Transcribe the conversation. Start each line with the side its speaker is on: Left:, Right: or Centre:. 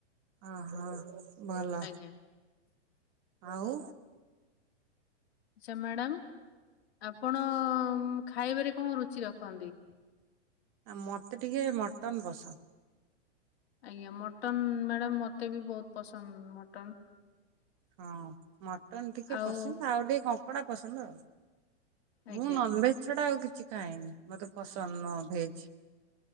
Right: ଅ ହ ଭଲ
Left: ଆଜ୍ଞା।
Right: ଆଉ
Left: ଆଛା ମ୍ୟାଡାମ ଆପଣ ଉଁ ଖାଇବାରେ କଣ ରୁଚି ରଖନ୍ତି?
Right: ଆ ମୋତେ ଟିକେ ମଟନ୍ ପସନ୍ଦ।
Left: ଆଜ୍ଞା ମଟନ୍, ମ୍ୟାଡ଼ାମ ମତେ ବି ବହୁତ ପସନ୍ଦ ମଟନ।
Right: ହଁ ମଟନ୍ ଟିକେ
Left: ଆଉ
Right: ପସନ୍ଦ ଆଉ ଟିକେ କଙ୍କଡ଼ା ପସନ୍ଦ ଆଉ।
Left: ଆଜ୍ଞା।
Right: ମୁଁ ନନଭେଜ ଛଡା ଆଉ କିଛି ଖାଏନି ମତେ ପସନ୍ଦ ନ ଭେଜ।